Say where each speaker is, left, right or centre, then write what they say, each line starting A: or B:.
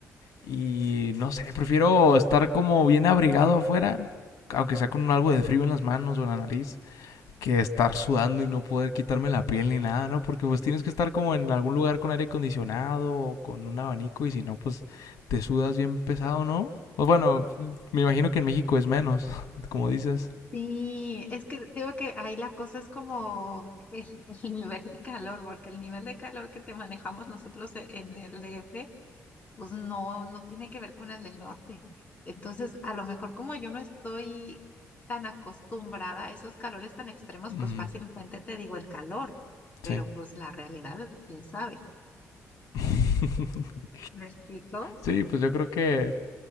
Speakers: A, on the left; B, on the left.
A: y no sé, prefiero estar como bien abrigado afuera, aunque sea con algo de frío en las manos o en la nariz que estar sudando y no poder quitarme la piel ni nada, ¿no? Porque pues tienes que estar como en algún lugar con aire acondicionado o con un abanico y si no, pues te sudas bien pesado, ¿no? Pues bueno, me imagino que en México es menos, <laughs> como dices.
B: Sí, es que digo que ahí la cosa es como el, <laughs> el nivel de calor, porque el nivel de calor que te manejamos nosotros e- en el DF, pues no, no tiene que ver con el del norte. Entonces, a lo mejor como yo no estoy tan acostumbrada a esos calores tan extremos,
A: Mm,
B: pues fácilmente te digo el calor,
A: sí.
B: pero pues la realidad, quién sabe.
A: <laughs>
B: ¿Me explico?
A: Sí, pues yo creo que...